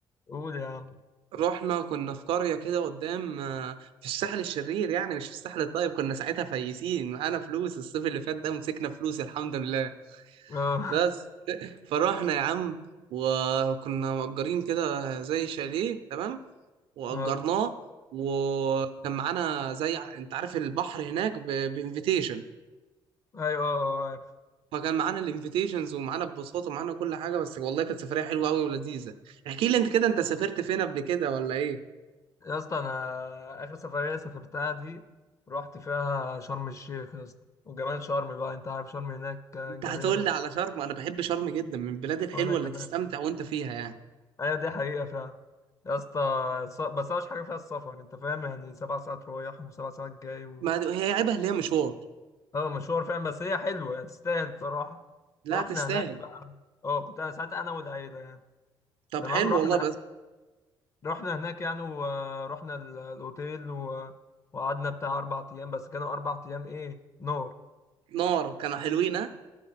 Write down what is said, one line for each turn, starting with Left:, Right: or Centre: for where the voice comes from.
Left: قول يا عم
Right: رحنا كنا في قريه كده قدام آه، في الساحل الشرير يعني مش في الساحل الطيب كنا ساعتها فايسين معانا فلوس الصيف اللي فات ده ومسكنا فلوس الحمد لله
Left: اه
Right: بس فروحنا يا عم وكنا مأجرين كده زي شاليه تمام وأجرناه
Left: اه
Right: وكان معانا زي انت عارف البحر هناك بانفيتيشن
Left: ايوه اه اه، عارف
Right: فكان معانا الانفيتيشنز ومعانا ببساطة ومعانا كل حاجة بس والله كانت سفرية حلوة قوي ولذيذة احكي لي انت كده انت سافرت فين قبل كده ولا ايه
Left: يا اسطى انا اخر سفريه سافرتها دي رحت فيها شرم الشيخ يا اسطى وجمال شرم بقى انت عارف شرم هناك جميله
Right: انت هتقول
Left: فشخ
Right: لي على شرم انا بحب شرم جدا من البلاد الحلوة
Left: وانا كمان
Right: اللي تستمتع وانت فيها يعني
Left: ايوه دي حقيقه فعلا يا اسطى الس- بس اوحش حاجه فيها السفر انت فاهم يعني سبع ساعات رايح وسبع ساعات جاي و...
Right: ما هي عيبها اللي هي مشوار
Left: اه مشوار فعلا بس هي حلوه يعني تستاهل بصراحه
Right: لا
Left: رحنا
Right: تستاهل
Left: هناك بقى اه كنت انا ساعتها انا والعيله يعني
Right: طب
Left: تمام
Right: حلو
Left: رحنا
Right: والله بس
Left: رحنا هناك يعني ورحنا ال- الاوتيل و... وقعدنا بتاع اربع ايام بس كانوا اربع ايام ايه نار
Right: نار كانوا حلوين ها؟